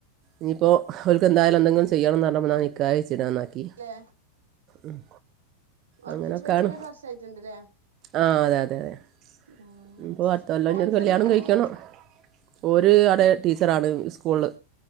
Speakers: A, on the right (about 35°); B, on the right (about 65°).
A: ഇനിയിപ്പോ. ഓൽക്ക് എന്തായാലും എന്തെങ്കിലും ചെയ്യണംന്നർഞ്ഞപ്പോ ഇന്നാ നിക്കാഹ് കൈച്ച്ടാന്നാക്കി.
B: ല്ലേ
A: ഉം
B: ഒറപ്പിച്ച്
A: അങ്ങനൊക്കാണ്
B: വെച്ചിട്ട് ഒരു വർഷായിട്ടുണ്ട്ല്ലേ
A: ആഹ് അതെ അതെ അതെ.
B: ആഹ്
A: ഇഞ്ഞ്പ്പൊ അടുത്തൊല്ലം
B: ഓൻക്കെന്താ
A: ഇഞ്ഞൊരു കല്യാണം
B: പണി
A: കൈക്കണം ഓര് അഉടെ ടീച്ചറാണ് സ്കൂള്.